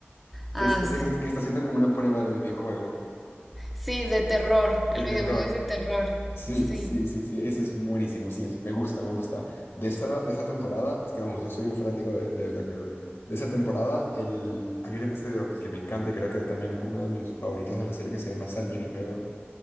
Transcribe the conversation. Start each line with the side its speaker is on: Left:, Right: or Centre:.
Centre: Ah,
Left: que está,
Centre: sí.
Left: es- que está haciendo como una prueba de videojuego.
Centre: Sí, de terror. El
Left: De terror.
Centre: videojuego es de terror.
Left: Sí,
Centre: Sí.
Left: sí, sí, sí, ese es buenísimo, sí, me gusta, me gusta. De esa, de esa temporada, es que vamos, yo soy un fanático de, de Black Mirror. De esa temporada, el, hay un episodio que me encanta y creo que también es uno de mis favoritos de la serie que se llama San Junipero,